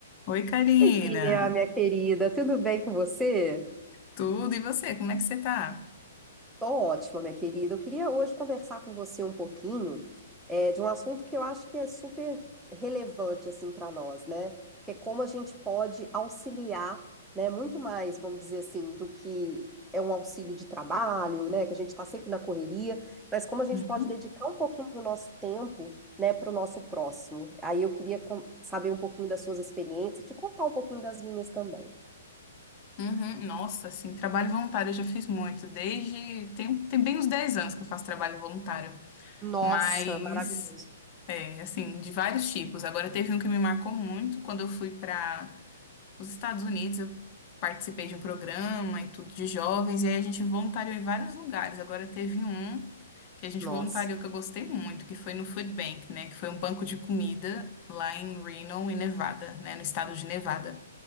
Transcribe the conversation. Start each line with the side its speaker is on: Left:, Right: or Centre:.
Left: Oi, Karina.
Centre: Oi, Bia, minha querida, tudo bem com você?
Left: Tudo e você? Como é que você tá?
Centre: Tô ótima, minha querida. Eu queria hoje conversar com você um pouquinho eh, de um assunto que eu acho que é super relevante assim para nós, né? Que é como a gente pode auxiliar, né? Muito mais, vamos dizer assim, do que é um auxílio de trabalho, né? Que a gente está sempre na correria, mas como a gente
Left: Uhum.
Centre: pode dedicar um pouquinho do nosso tempo, né, para o nosso próximo. Aí eu queria com- saber um pouquinho das suas experiências, te contar um pouquinho das minhas também.
Left: Uhum. Nossa, assim, trabalho voluntário eu já fiz muito, desde tem, tem bem uns 10 anos que eu faço trabalho voluntário,
Centre: Nossa,
Left: mas
Centre: maravilhoso.
Left: é, assim, de vários tipos. Agora teve um que me marcou muito quando eu fui para Nos Estados Unidos, eu participei de um programa e tudo de jovens, e aí a gente voluntariou em vários lugares. Agora teve um que a gente
Centre: Nossa,
Left: voluntariou que eu gostei muito, que foi no Food Bank, né? Que foi um banco de comida lá em Reno, em Nevada, né? No estado de Nevada.
Centre: que legal.